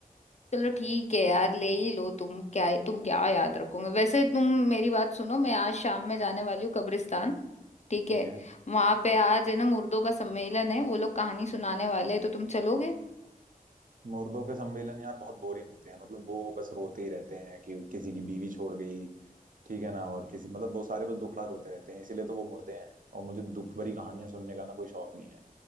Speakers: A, on the left (about 50°); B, on the right (about 65°).
A: चलो ठीक है यार ले ही लो तुम क्या तुम क्या याद रखोगे वैसे तुम मेरी बात सुनो मैं आज शाम में जाने वाली हूँ कब्रिस्तान ठीक
B: ठीक
A: है
B: है
A: वहां पे आज है ना मुर्दों का सम्मेलन है वो लोग कहानी सुनाने वाले हैं तो तुम चलोगे
B: मुर्दों के सम्मेलन यार बहुत बोरिंग होते हैं मतलब वो बस रोते ही रहते हैं कि किसी की बीवी छोड़ गई ठीक है ना और किसी मतलब वो सारे बस दुखड़ा रोते रहते हैं इसीलिए तो वो मुर्दे हैं और मुझे दुख भरी कहानियां सुनने का ना कोई शौक नहीं है